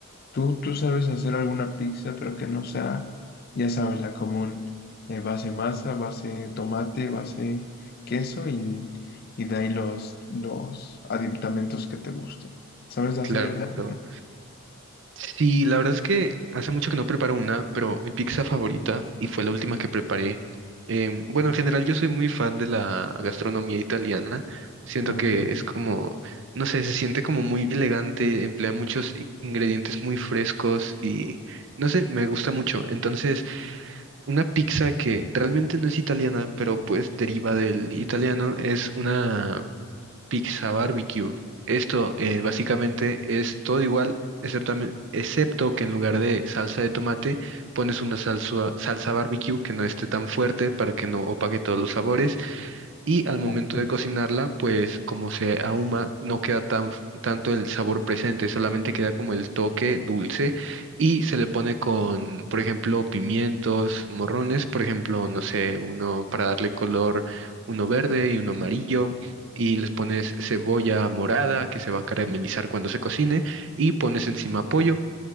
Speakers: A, on the left; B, on the right.
A: tú, tú sabes hacer alguna pizza, pero que no sea, ya sabes, la común, eh, base masa, base tomate, base queso y, y de ahí los, los aditamentos que te gustan. ¿Sabes hacer
B: claro.
A: alguna?
B: Sí, la verdad es que hace mucho que no preparo una, pero mi pizza favorita, y fue la última que preparé. em, bueno, en general yo soy muy fan de la gastronomía italiana. Siento
A: Ok,
B: que es como, no sé, se siente como muy elegante, emplea muchos i- ingredientes muy frescos y, no sé, me gusta mucho. Entonces, una pizza que realmente no es italiana, pero pues deriva del italiano, es una pizza barbecue. Esto eh, básicamente es todo igual, excepto, a mi- excepto que en lugar de salsa de tomate pones una salsa, salsa barbecue que no esté tan fuerte para que no opaque todos los sabores y al momento
A: ok.
B: de cocinarla, pues como se ahuma, no queda tan f- tanto el sabor presente, solamente queda como el toque dulce y se le pone con, por ejemplo, pimientos, morrones, por ejemplo, no sé, uno para darle color, uno verde y uno amarillo. Y les pones cebolla morada que se va a caramelizar cuando se cocine y pones encima pollo